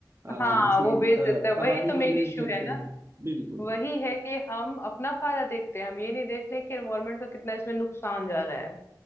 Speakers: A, on the right; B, on the left.
A: अ,
B: हाँ
A: किसी
B: वो बेच
A: अ,
B: देते हैं
A: कबाड़ी
B: वही तो
A: को
B: मेन
A: बेच
B: इश्यू
A: देते
B: है ना
A: हैं बिल्कुल
B: वही है कि हम अपना फायदा देखते हैं हम ये नहीं देख रहे कि एनवायरनमेंट का कितना इसमें नुकसान जा रहा है